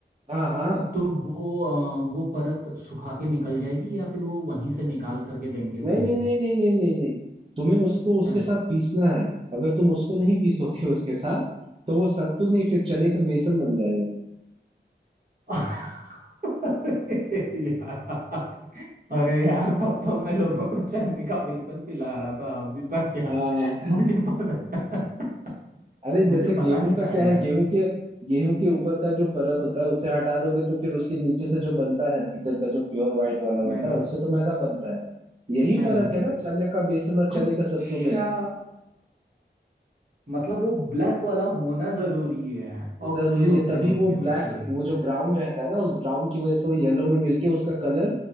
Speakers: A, on the right; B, on the right.
A: हाँ हाँ
B: तो वो अ, वो परत सुखा के निकल जाएगी या फिर वो वहीं से निकाल करके देंगे मुझे
A: नहीं नहीं नहीं नहीं नहीं नहीं नहीं तुम्हें उसको उसके
B: हाँ
A: साथ पीसना है अगर तुम उसको नहीं पीसोगे उसके साथ तो वो सत्तू नहीं फिर चने का बेसन बन जाएगा
B: <laughs> यार अरे यार तब तो मैं लोगों को चने का बेसन पिला रहा था अभी तक यार
A: हाँ
B: मुझे पता <laughs>
A: अरे जैसे
B: मुझे
A: गेहूं
B: पता नहीं
A: का
B: था
A: क्या
B: यार
A: है गेहूं के गेहूं के ऊपर का जो परत होता है उसे हटा दोगे तो फिर उसके नीचे से जो बनता है भीतर का जो प्योर व्हाइट वाला
B: मैदा
A: होता है उससे तो मैदा बनता है यही
B: मैदा
A: फर्क है ना चने का बेसन और चने
B: अच्छा
A: का सत्तू में
B: मतलब वो ब्लैक वाला होना जरूरी है ओके
A: जरूरी
B: ओके
A: है तभी
B: ओके
A: वो ब्लैक
B: ओके
A: वो जो ब्राउन रहता है ना उस ब्राउन की वजह से वो येलो में मिलके उसका कलर